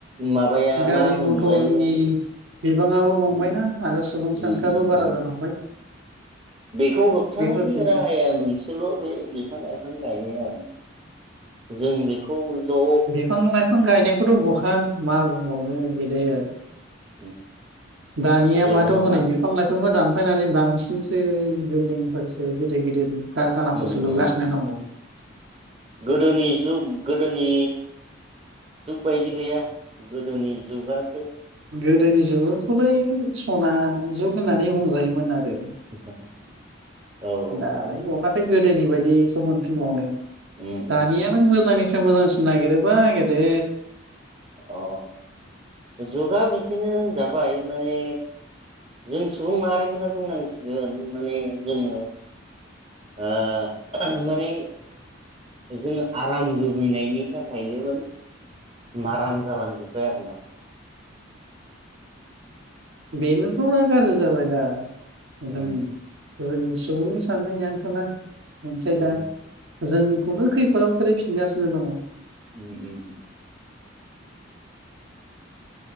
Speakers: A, on the right; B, on the right.
A: माबाया
B: गारि
A: मा होनोम
B: मथरनि
A: मोनलायो
B: बिबाङाबो बांबायना
A: उम
B: आरो सुबुं सानखोआबो
A: उम
B: बारा
A: उम
B: जालांबाय
A: बेखौ होबथानायनि
B: बेफोर उम
A: राहाया मोनसेल बे बिफां लाइफां गाय <unintelligible> जों बेखौ ज'
B: बिफां लाइफां गायनायखौथ' बहा मा बुंनो <unintelligible> गेदेर
A: उम,
B: दानिया
A: जेबो
B: माथ
A: नङा
B: हनै बिफां लाइफांबो दान फायनानै बांसिनसो बिल्डिंफोरसो गिदिर गिदिर कारखानाखौसो
A: उम
B: लुगासिनो
A: उम उम
B: दङ
A: गोदोनि जुग गोदोनि जुग बायदि गैया गोदोनि जुगा
B: गोदोनि जुगाखौलाय सना जुग होननानै बुंजायोमोन आरो।
A: <unintelligible>
B: दालाय
A: औ
B: बहाथो गोद गोदोनि बायदि सम मोनफिनबावनो
A: उम
B: दानियानो
A: उम
B: मोजाङै मोजांसिन नागिरोबा नागिरदो
A: आं जुगा बिदिनो होनजाबाय माने जों सुबुं माहारिखौनो बुंनांसिगोन माने जोङो ओ माने जोङो आराम लुबैनायनि थाखायनो माने माराम जालां जोब आर ना
B: बेनोथ' मा गाज्रि जाबाय दा मोजां
A: उम
B: जोंनि सुबुंनि साननायानोथ'ना रनसाय
A: उम
B: दा जोंखौनो खैफोदाव खोलैफिनगासिनो दङ।
A: उम उम उम